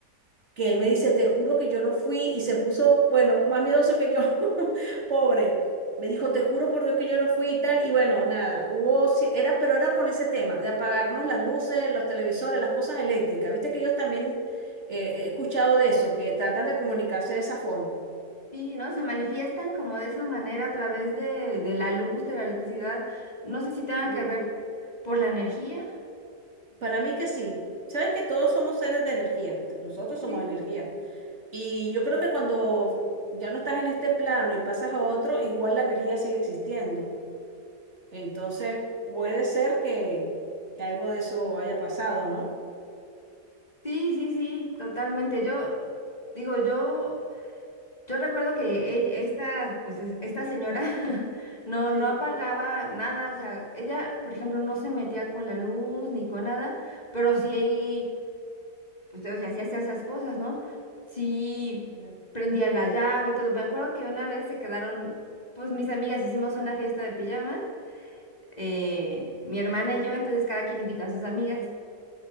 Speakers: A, on the right; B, on the left.
A: que él me dice, te juro que yo no fui, y se puso, bueno, más miedoso que yo, <laughs> pobre. Me dijo, te juro por Dios que yo no fui y tal, y bueno, nada, hubo, ci- era, pero era con ese tema, de apagarnos las luces, los televisores, las cosas eléctricas. Viste que ellos también eh, eh, he escuchado de eso, que tratan de comunicarse de esa forma.
B: Sí, ¿no? Se manifiestan como de esa manera a través de, de la luz, de la electricidad. No sé si tenga
A: Sí.
B: que ver por la energía.
A: Para mí que sí. Sabes que todos somos seres de energía, t- nosotros
B: Sí.
A: somos energía. Y yo creo que cuando ya no estás en este plano y pasas a otro, igual la energía sigue existiendo. Entonces, puede ser que, que algo de eso haya pasado, ¿no?
B: Sí, sí, sí, totalmente. Yo digo, yo Yo recuerdo que e- esta, pues es- esta señora <laughs> no,
A: Sí,
B: no apagaba nada, o sea, ella, por ejemplo, no se metía con la luz ni con nada, pero sí, ahí, pues, o sea, sí hacía esas cosas, ¿no? Sí
A: Ujú.
B: prendía la llave y todo. Me acuerdo que una vez se quedaron, pues mis amigas hicimos una fiesta de pijamas, eh, mi hermana y yo, entonces cada quien invita a sus amigas.